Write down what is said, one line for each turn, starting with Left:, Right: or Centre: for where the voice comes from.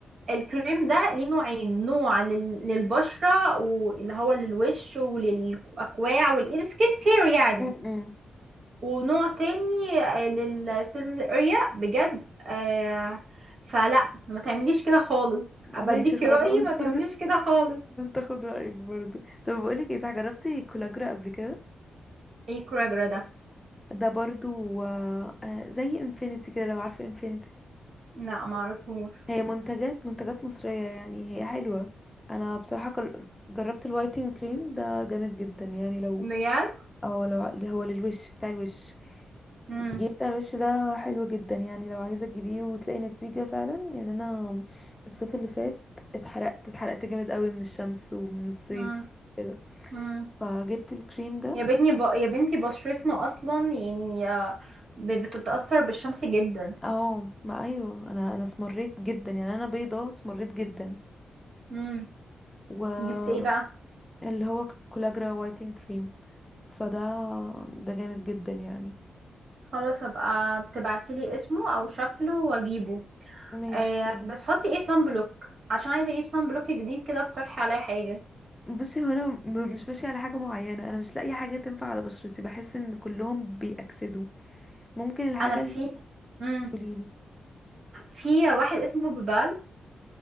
Right: الكريم ده ليه نوعين نوع لل- للبشرة واللي هو للوش وللأكواع والإيد سكين كير يعني
Left: امم
Right: ونوع تاني آه، للسيرفيس اريا بجد آه فلا ما تعمليش كده خالص ابديكي
Left: ماشي خلاص
Right: رأيي
Left: <laughs>
Right: ما تعمليش كده خالص
Left: قلت اخد رايك برضو طب بقولك ايه صح جربتي كولاجرا قبل كده
Right: ايه كوراجرا ده
Left: ده برضو آه، آه، زي انفينيتي كده لو عارفه انفينيتي
Right: لا معرفوش
Left: هي منتجات منتجات مصريه يعني هي حلوه انا بصراحه جر- جربت الوايتنج كريم ده جامد جدا يعني لو
Right: بجد
Left: اه لو ع- اللي هو للوش بتاع الوش
Right: مم.
Left: التجميل بتاع الوش ده حلو جدا يعني لو عايزة تجيبيه وتلاقي نتيجة فعلا يعني انا الصيف اللي فات اتحرقت اتحرقت جامد قوي من الشمس ومن الصيف
Right: مم.
Left: كده
Right: مم.
Left: فجبت الكريم ده
Right: يا بنتي ب... يا بنتي بشرتنا اصلا يعني آه، ب... بتتأثر بالشمس جدا
Left: اه ما ايوه انا انا اسمريت جدا يعني انا بيضة اسمريت جدا
Right: مم.
Left: واللي
Right: جبت ايه بقى
Left: هو كولاجرا وايتنج كريم فده ده جامد جدا يعني
Right: خلاص ابقى بتبعتيلي اسمه او شكله واجيبه
Left: ماشي
Right: آه
Left: خلاص
Right: بتحطي ايه صن بلوك عشان عايزه اجيب صن بلوك جديد كده اقترحي عليا حاجه
Left: بصي هو انا م- مش ماشيه على حاجه معينه انا مش لاقي حاجه تنفع على بشرتي بحس ان كلهم بيأكسدوا ممكن الحاجه
Right: انا في
Left: اللي
Right: امم
Left: هتقولي لي
Right: في واحد اسمه بوبال